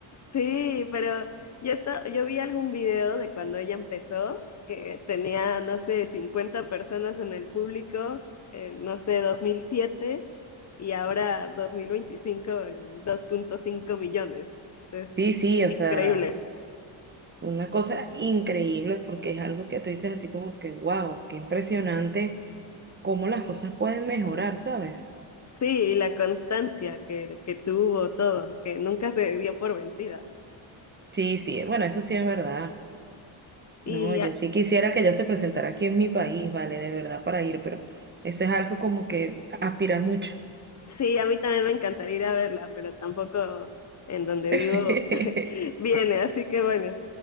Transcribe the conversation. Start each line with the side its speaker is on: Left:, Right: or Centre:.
Left: Sí, pero yo, esta- yo vi algún video de cuando ella empezó, que tenía, no sé, 50 personas en el público, en, no sé, 2007 y ahora 2025, el dos punto cinco millones. Es
Right: Sí, sí, o
Left: increíble.
Right: sea, una cosa increíble porque es algo que tú dices así como que, wow, qué impresionante cómo las cosas pueden mejorar, ¿sabes?
Left: Sí, y la constancia que, que tuvo todo, que nunca se dio por vencida.
Right: Sí, sí, bueno, eso sí es verdad.
Left: Y
Right: No, yo sí quisiera que ella se presentara aquí en mi país, vale, de verdad, para ir, pero eso es algo como que aspirar mucho.
Left: Sí, a mí también me encantaría ir a verla, pero tampoco en donde
Right: <laughs>
Left: vivo <laughs> viene, así que bueno,